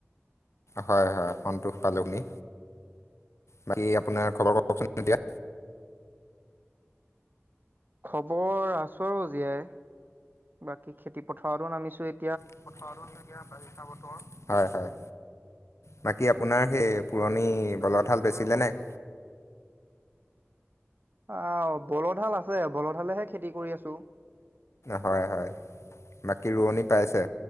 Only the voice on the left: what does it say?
হয়, হয়। সন্তোষ পালোহি। বাকী আপোনাৰ খবৰ কওঁকচোন এতিয়া?
<unintelligible> হয়, হয়। বাকী আপোনাৰ সেই পুৰণি বলধহাল বেচিলেনে নাই?
হয়, হয়। বাকী ৰোৱনি পাইছে?